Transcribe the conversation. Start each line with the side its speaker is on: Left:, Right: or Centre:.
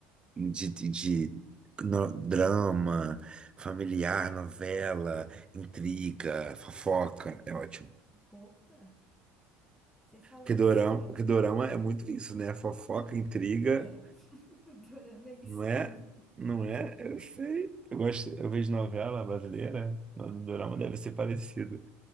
Right: e de, de, de no- drama, familiar, novela, intriga, fofoca, é ótimo.
Centre: Opa! Você falou
Right: Que
Centre: em
Right: dorama,
Centre: série?
Right: que dorama é muito isso, né? Fofoca, intriga.
Centre: É. <laughs> Dorama é isso
Right: Não é?
Centre: mesmo.
Right: Não é? Eu sei. Eu gosto, eu vejo novela brasileira, no dorama deve ser parecido.